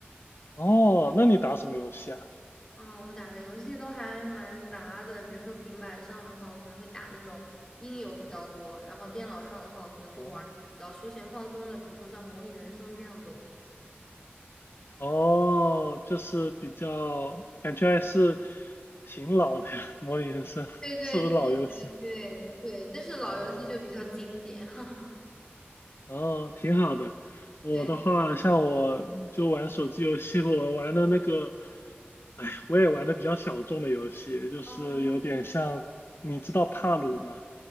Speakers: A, on the left (about 65°); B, on the left (about 15°).
A: 哦，那你打什么游戏啊？
B: 嗯，我打的游戏都还蛮杂的，比如说平板上的话，我可能会打那种音游比较多，然后电脑上的话，我可能就玩儿那种比较休闲放松的，
A: 哦
B: 比如说像模拟人生这样的。
A: 哦，就是比较感觉还是挺老的呀，《模拟人生》是不是老游戏？
B: 对对对对对，但是老游戏就比较经典，
A: 哦
B: <laughs> 哈哈。
A: 哦，挺好的。我的话，
B: 对，
A: 像我就玩手机游戏，我玩的那个，哎，我也玩的比较小众的游戏，就是有点像，
B: 嗯，
A: 你知道帕鲁吗？